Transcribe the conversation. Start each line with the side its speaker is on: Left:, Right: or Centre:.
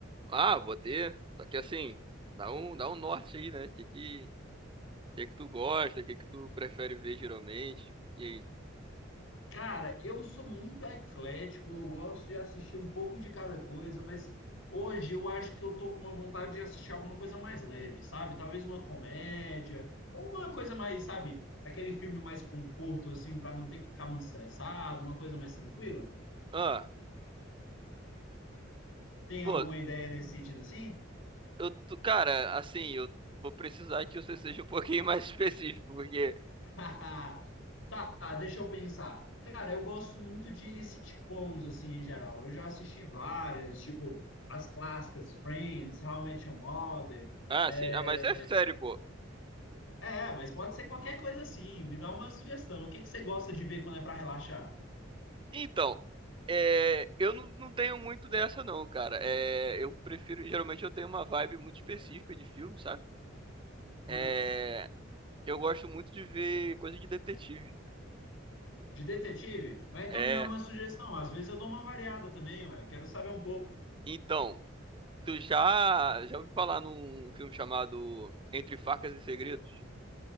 Right: ah, vou ter. Só que assim, dá um, dá um norte aí, né? O que que, que que tu gosta, o que que tu prefere ver geralmente? E aí?
Left: Cara, eu sou muito eclético, eu gosto de assistir um pouco de cada coisa, mas hoje eu acho que eu tô com uma vontade de assistir alguma coisa mais leve, sabe? Talvez uma comédia, ou uma coisa mais, sabe, aquele filme mais conforto, assim, para não ter que ficar muito estressado, uma coisa mais tranquila.
Right: Ah,
Left: Tem
Right: pô,
Left: alguma ideia nesse sentido assim?
Right: eu, tô- cara, assim, eu vou precisar que você seja um <laughs> pouquinho mais específico, porque...
Left: <laughs> Tá, deixa eu pensar. Cara, eu gosto muito de sitcoms, assim, em geral. Eu já assisti várias, tipo, as clássicas, Friends, How I Met Your Mother.
Right: Ah,
Left: É,
Right: sim, ah, mas é sério, pô.
Left: é, mas pode ser qualquer coisa assim. Me dá uma sugestão. O que que você gosta de ver quando é pra relaxar?
Right: Então, é, eu não, não tenho muito dessa não, cara. É, eu prefiro, geralmente eu tenho uma vibe muito específica de filme, sabe? É,
Left: Ah,
Right: Eu gosto muito de ver coisa de detetive.
Left: de detetive? Mas então
Right: É,
Left: me dá uma sugestão. Às vezes eu dou uma variada também, ué. Quero saber um pouco.
Right: então, tu já já ouviu falar num filme chamado Entre Facas e Segredos?